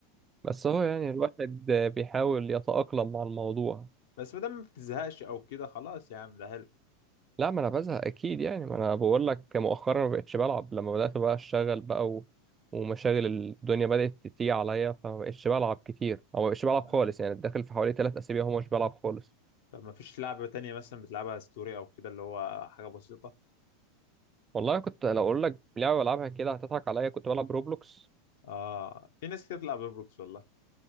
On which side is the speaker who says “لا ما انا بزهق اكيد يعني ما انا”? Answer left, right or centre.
Right